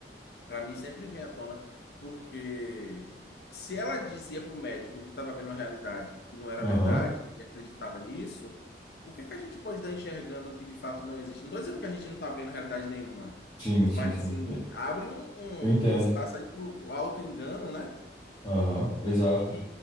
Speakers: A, on the left; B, on the left.
A: para mim sempre vem à tona, porque se ela dizia para o médico que estava vendo a realidade que não era
B: Aham.
A: verdade e acreditava nisso, o que é que a gente pode estar enxergando que de fato não existe? Não estou dizendo que a gente não está vendo realidade nenhuma,
B: Sim, sim,
A: mas
B: sim.
A: assim,
B: E-
A: abre um, um,
B: Eu entendo.
A: um espaço aí para o auto-engano, né?
B: Aham, exato.
A: E, e,